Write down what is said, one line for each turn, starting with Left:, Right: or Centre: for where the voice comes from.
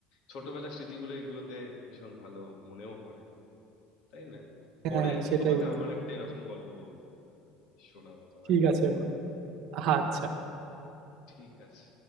Left: ছোটবেলার স্মৃতিগুলো এগুলোতে ভীষণ ভালো মনেও পড়ে তাই না পরে
Right: হ্যাঁ হ্যাঁ
Left: একদিন
Right: সেটাই
Left: তোমাকে
Right: বন্ধু
Left: আমার একটা এরকম গল্প বলবো শোনাবো তোমায়
Right: ঠিক আছে বন্ধু আচ্ছা
Left: ঠিক আছে